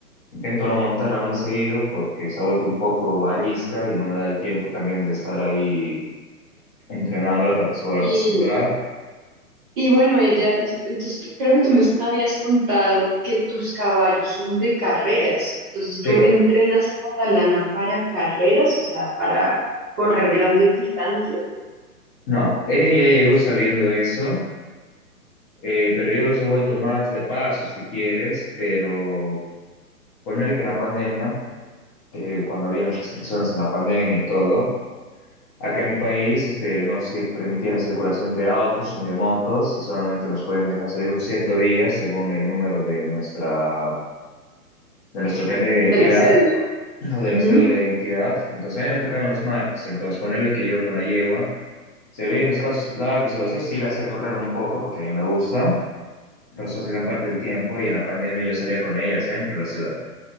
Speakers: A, on the left (about 25°); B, on the right (about 20°).
A: intento no montarla muy seguido porque se ha vuelto un poco arisca y no me da el tiempo también de estar ahí entrenándola para que se vuelva
B: Y,
A: a acostumbrar.
B: y bueno, ella, us- entonces tú- creo que tú me habías contado que tus caballos son de carreras. Entonces
A: Sí.
B: tú entrenas a Catalana para carreras, o sea, para correr grandes distancias.
A: No, ella ya llegó sabiendo eso, eh, pero yo los he vuelto más de paso, si quieres, pero ponerle que en la pandemia, eh, cuando había las restricciones en la pandemia y todo, acá en mi país este, no se permitía la circulación de autos ni de motos y solamente nos pueden dejar salir un cierto día según el número de nuestra, de nuestro carnet de identidad
B: De la cédula.
A: o de
B: Ujú.
A: la cédula de identidad. Entonces a mí me tocaban los martes, entonces ponerle que yo con la yegua. Se veía en espacios largos y vacíos, sí la hacía correr un poco porque a mí me gusta, presos gran parte del tiempo y en la pandemia yo salía con ella al centro de la ciudad.